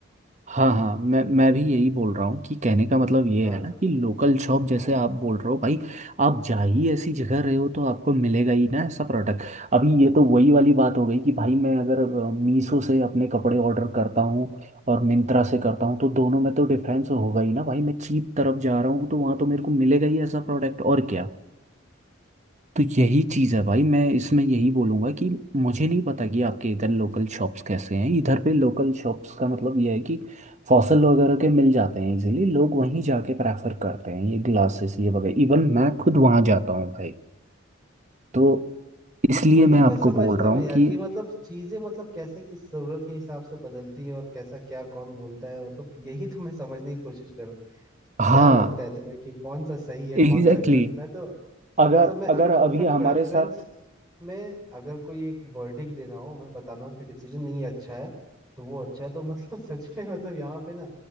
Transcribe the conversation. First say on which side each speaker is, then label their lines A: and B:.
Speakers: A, on the right; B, on the right.
A: हाँ हाँ मैं मैं भी यही बोल रहा हूँ कि कहने का मतलब ये
B: हाँ
A: है ना कि लोकल शॉप जैसे
B: हाँ
A: आप बोल रहे हो भाई आप जा ही ऐसी जगह रहे हो तो आपको मिलेगा ही ना ऐसा प्रोडक्ट अभी ये तो वही वाली बात हो गई कि भाई मैं अगर मीशो से अपने कपड़े ऑर्डर करता हूँ और मिंत्रा से करता हूँ तो दोनों में तो डिफरेंस होगा ही ना भाई मैं चीप तरफ जा रहा हूँ तो वहाँ तो मेरे को मिलेगा ही ऐसा प्रोडक्ट और क्या तो यही चीज़ है भाई मैं इसमें यही बोलूँगा कि मुझे नहीं पता कि आपके इधर लोकल शॉप्स कैसे हैं इधर पे लोकल शॉप्स का मतलब यह है कि फॉसल वगैरह के मिल जाते हैं इजीली लोग वहीं जाके प्रेफर करते हैं ये ग्लासेस ये वगैरह इवन मैं खुद वहाँ जाता हूँ भाई तो इसलिए
B: वही
A: मैं
B: मैं
A: आपको
B: समझता
A: बोल रहा
B: हूँ
A: हूँ
B: यार
A: कि
B: कि मतलब चीजें मतलब कैसे किस जरूरत के हिसाब से बदलती हैं और कैसा क्या कौन बोलता है मतलब यही तो मैं समझने की कोशिश कर रहा हूँ
A: हाँ
B: क्या लगता है तुम्हें कि कौन सा सही है
A: Exactly
B: कौन सा गलत
A: exactly.
B: मैं तो
A: अगर
B: मतलब मैं अगर
A: अगर अभी
B: परफेक्ट
A: हमारे
B: प्रेफरेंस
A: साथ
B: में अगर कोई एक वर्डिक देना हो मैं बताना हो कि डिसीजन नहीं अच्छा है तो वो अच्छा है तो मतलब <laughs> सच में मतलब यहाँ पे ना